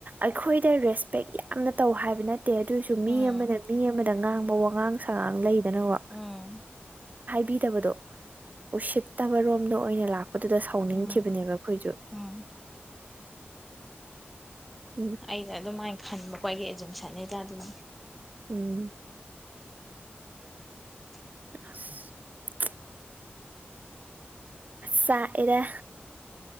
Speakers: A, on the right; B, in the centre.
A: ꯑꯩꯈꯣꯏꯗ ꯔꯦꯁꯄꯦꯛ ꯌꯥꯝꯅ ꯇꯧ ꯍꯥꯏꯕ ꯅꯠꯇ ꯇꯦ ꯑꯗꯨꯏꯁꯨ ꯃꯤ
B: ꯎꯝ
A: ꯑꯃꯅ ꯃꯤ ꯑꯃꯅ ꯗ ꯉꯥꯡꯕ ꯋꯥꯉꯥꯡ ꯁꯉꯥꯡ ꯂꯩꯗꯅ ꯋꯥ
B: ꯑꯝ
A: ꯕꯤꯗꯕꯗꯣ ꯎꯁꯤꯇꯕꯥꯔꯣꯝ ꯗ ꯑꯣꯏꯅ ꯂꯥꯛꯄ ꯑꯗꯨꯗ ꯁꯥꯎꯅꯤꯡꯈꯤꯕꯅꯦꯕ
B: ꯎꯝ
A: ꯑꯩꯈꯣꯏꯁꯨ
B: ꯎꯝ
A: ꯎꯝ
B: ꯑꯩꯗ ꯑꯗꯨ ꯃꯥꯥꯏ ꯈꯟꯕ ꯑꯩꯒꯤ ꯑꯦꯖꯨꯃꯁꯟ ꯑꯗꯨꯝ ꯁꯠꯅꯩꯗ ꯑꯗꯨꯝ
A: ꯎꯝ
B: ꯑꯟꯑꯣꯗꯤꯕꯜ
A: <inaudible> ꯆꯥꯛꯑꯗ